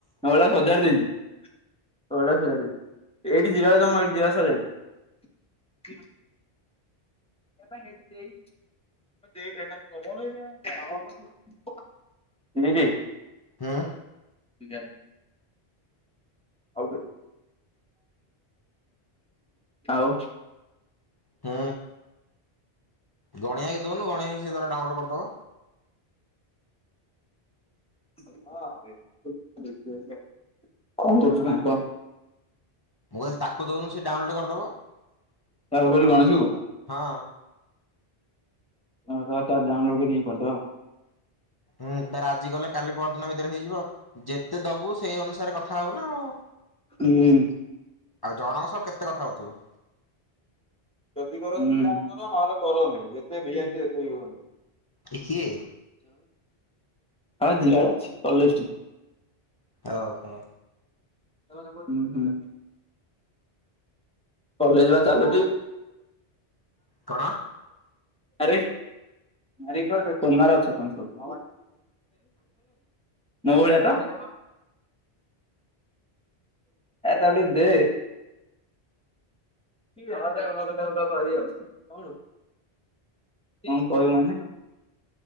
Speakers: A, in the centre; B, on the left.
A: ମୋବାଇଲ ଟା ସଜାଡି ଦେଇଛି। <unintelligible>
B: ହୁଁ।
A: <inaudible> <unintelligible> ଆଉ।
B: ହୁଁ। ଗଣିଆ ଭାଇକ ଦଉନୁ ଗଣିଆ ଭାଇ ସେ ତାର ଡାଉନଲୋଡ କରିଦବ।
A: କଣ କରୁଛୁ <inaudible> କହ।
B: ମୁଁ କହିଲି ତାକୁ ଦଉନୁ। ସେ ଡାଉନଲୋଡ଼ କରିଦବ
A: କାହାକୁ କହିଲୁ ଗଣେଶକୁ
B: ହଁ।
A: ହୋଉ ରହ ତାର ଡାଉନଲୋଡ କରିକି କରିଦବା।
B: ହୁଁ ତାର ଆଜି ଗଲେ କାଲି ପର ଦିନ ଭିତରେ ହେଇଯିବ ଯେତେ ଦବୁ ସେଇ ଅନୁସାରେ କଥା ହବ ନା ଆଉ
A: ହୁଁ
B: ଆଉ ଜଣଙ୍କ ସହ କେତେ କଥା ହଉଥିବୁ।
A: ଯଦି କର <inaudible> କର ନହେଲେ କରନି ଏତେ ଭି ଆଇ ପି ଦେଖେଇ ହୁଅନି।
B: ଇଏ କିଏ।
A: ହଁ <inaudible> ଅଛି କଲେଜ ଟି
B: ହ ହୋ।
A: ହୁଁ ହୁଁ। କଲେଜ ବା ଚାଲୁଛି। <inaudible>
B: କଣ?
A: ଆରେ <inaudible> କୁମାର ଅଛ କଣ ସବୁ <unintelligible> ମୋ ଭଳିଆ ତ ଆରେ ତାକୁ ଟିକେ ଦେ କଣ କହିବୁ ମାନେ ଦେ